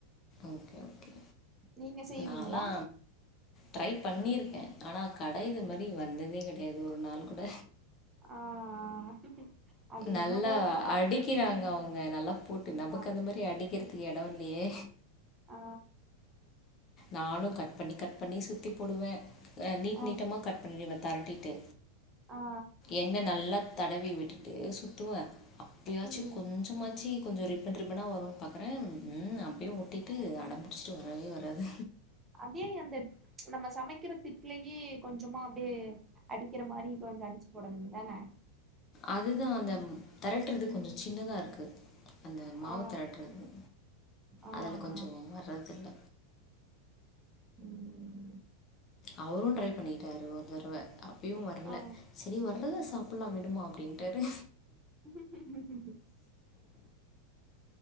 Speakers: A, on the left; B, on the right.
A: ஓகே ஓகே,
B: நீங்க செய்வீங்களா
A: நான்லா ட்ரை பண்ணியிருக்கே ஆனா கடை இது மாரி வந்ததே கடையாது ஒரு நாள் கூட
B: ஆ ஆ அது
A: நல்லா
B: என்னவோ
A: அடிக்கிறாங்க அவங்க நல்லா போட்டு
B: ஆமா
A: நமக்கு அந்த மாரி அடிக்கிறதுக்கு எடம் இல்லையே
B: ஆ
A: நானு கட் பண்ணி கட் பண்ணி சுத்தி போடுவே அ நீட்
B: ஆ
A: நீட்டமா கட் பண்ணிடுவ தரட்டிட்டு
B: ஆ
A: எண்ண நல்லா தடவி விட்டுட்டு சுத்துவ எப்பயாச்சி
B: ம்
A: கொஞ்சமாச்சி கொஞ்ச ரிப் ரிப்பண் ரிப்பண வரும் பாக்குறே ம் அப்பயும் ஒட்டிட்டு அடம்புடிச்சிட்டு வரவே வராது
B: அதே அந்த நம்ம சமைக்கிற திட்டலயே கொஞ்சமா அப்டியே அடிக்கற மாரி கொஞ்ச அடிச்சு போடவேண்டிது தான
A: அது தா அந்த தெரட்டுறது கொஞ்ச சின்னதா இருக்கு அந்த மாவு
B: ஆ
A: தெரட்டுறது
B: ஆ ஆ
A: அதுல கொஞ்சோ வர்றதில்ல
B: ம்
A: அவரு ட்ரை பண்ணிட்டாரு ஒரு தடவ அப்பயு வரல
B: ஆ
A: சரி வர்றத சாப் ட்லா விடுமா அப்படின்ட்டாரு
B: <unintelligible>